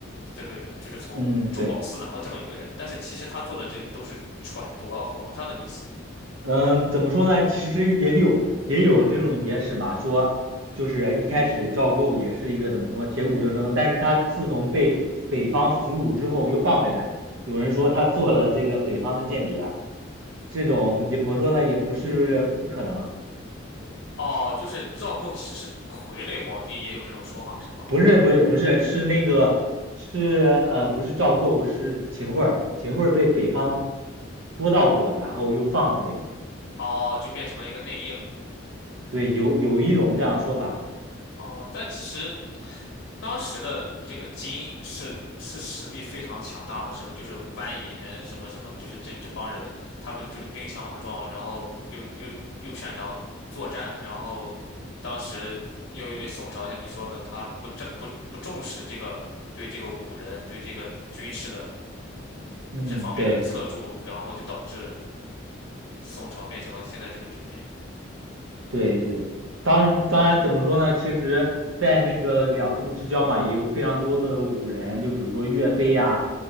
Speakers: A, on the left; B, on the right.
A: 这个就是从中饱私囊的这么一个人。
B: 嗯，对，
A: 但是其实他做的这个都是揣度了皇上的意思。
B: 嗯，怎么说呢？其实也有也有这种野史嘛，说就是一开始赵构也是一个怎么说铁骨铮铮，但是他自从被北方俘虏之后又放回来，有人说他做了这个北方的间谍，这种怎么说呢？也不是不可能，
A: 哦，就是赵构其实是傀儡皇帝，也有这种说法是吗？
B: 不是不是不是是那个是呃不是赵构是秦桧儿，秦桧儿被北方捉到过，然后又放了回来，
A: 哦，就变成了一个内应。
B: 对，有有一种这样说法。
A: 哦，但其实。当时的这个金是是实力非常强大的，什么就是蜿蜒什么什么，就是这这帮人，他们就是兵强马壮，然后又又又擅长作战，然后当时又因为宋朝像你说的，他不重不不重视这个对这个武人对这个军事的
B: 嗯，
A: 这方面的侧重，
B: 对
A: 然后就导致宋朝变成了现在这个局面。
B: 对对，当时当然怎么说呢？其实，在那个两宋之交嘛，也有非常多的武人，就比如说岳飞呀，